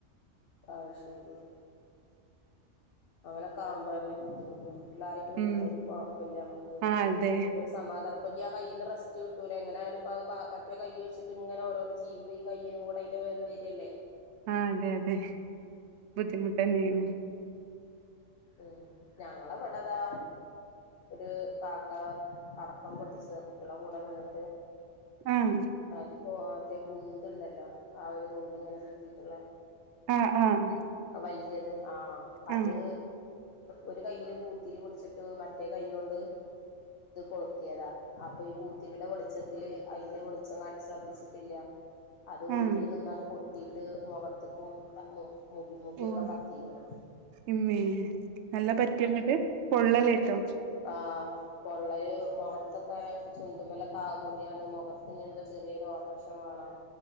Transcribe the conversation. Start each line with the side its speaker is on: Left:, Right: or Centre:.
Left: ആഹ് ശരിയാ അങ്ങനൊക്കെ ആവുമ്പന്നെ ബുദ്ധിമുട്ട് വീട്ടിലാരെങ്കിലും
Right: ഉം
Left: ഉണ്ടെങ്കിൽ കുഴപ്പില്ല നമ്മുക്ക്
Right: ആഹ് അതെ
Left: ഇതിപ്പോ സ് സമാധാനപ്പ ആ കയ്യിന് റെസ്റ്റ് കിട്ടൂല എങ്ങനാലുംപ്പോ അ മറ്റേ കൈ വെച്ചിട്ട് ഇങ്ങനെ ഓരോ യ്യുമ്പം ഈ കയ്യ് കൂടി അതിൻ്റെ വേദന വരുവല്ലേ.
Right: ആഹ് അതെ അതെ ബുദ്ധിമുട്ട് തന്നെയാണ്.
Left: ഉം ഞങ്ങള ഇവിടതാ ഒരു കാക്ക പടക്കം പൊട്ടിച്ചതാ കുട്ടികളുടെ കൂടെ വീണിട്ട്
Right: ആഹ്
Left: മ പൊറത്തെ ഗുണ്ടുണ്ടല്ലോ ആ ഒരു നൂലിങ്ങനെ ചുറ്റിയിട്ടുള്ളെ
Right: ആഹ് ആഹ്
Left: ആ വല്ല്യത് ആഹ് അത്
Right: ആഹ്
Left: ഒരു കയ്യില് പൂത്തിരി പുടിച്ചിട്ട് മറ്റേ കൈ കൊണ്ട് ഇത് കൊളുത്തിയതാ അപ്പൊ ഈ പൂത്തിരിയുടെ വെളിച്ചത്തില് അയിന്റെ വെളിച്ചം <unintelligible> ശ്രദ്ധിച്ചിട്ടില്ല. അത് മുന്നിൽ
Right: ആഹ്
Left: നിന്ന് അത് പൊട്ടീട്ട് മുഖത്തേക്കും മുടി മുടിയൊക്കെ
Right: ഓഹ്
Left: കത്തിക്കുന്നു.
Right: ഇമ്മേ നല്ല പറ്റിയെന്നിട്ട് പൊള്ളലേറ്റോ
Left: ആ പൊള്ളല്ല് മുഖത്തൊക്കെ ചുണ്ടു മേല മുറിയാണ് മുഖത്തിനെന്തോ ചെറിയൊരു ഓപ്പറേഷൻ വേണം